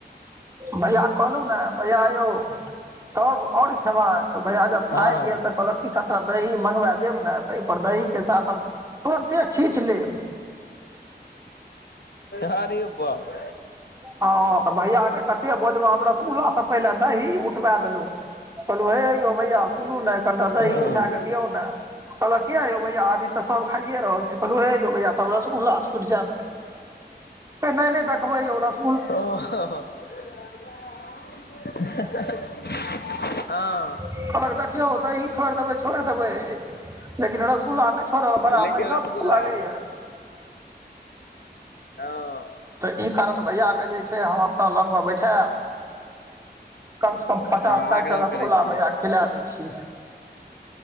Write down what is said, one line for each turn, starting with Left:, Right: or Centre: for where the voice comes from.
Right: भैया कहलहु ने भैया यौ तब आओर खेबै तऽ भैया जब
Left: हँ
Right: थाकि गेल तऽ कहलक की कनिटा दही मँगबा देब ने। ताहि पर दही के साथ हम तुरन्ते खींच लेब।
Left: हारी उबबा <unintelligible>
Right: हँ तऽ भैयके कते भोजमे हमरा रसगुल्ला सँ पहिले दही उठबा देलौ। कहलू हे यौ भैया सुनू ने कनिटा दही
Left: हँ
Right: उठा कऽ दियौ ने। कहलक किया यौ मैैया अभी तऽ सब खाइए रहल छै कहलू हे यौ मैैया तब रसगुल्ला छुटि जैत। नहि नहि देखबै रस
Left: आह <unintelligible> <unintelligible> हँ
Right: कहलक देखियौ दही छोड़ि देबै छोड़ि देबै लेकिन रसगुल्ला नहि थोड़ बड़ा
Left: लेकिन
Right: महीनत
Left: रसगुल्ला
Right: लागै
Left: नहि
Right: यऽ
Left: हँ
Right: तऽ ई कारण भैया के जे छै हम अपना लग मे बैठायब कम से कम पचास
Left: आग्रह
Right: साठिटा रसगुल्ला
Left: करै छियै
Right: भैया के खिला दै छीयै।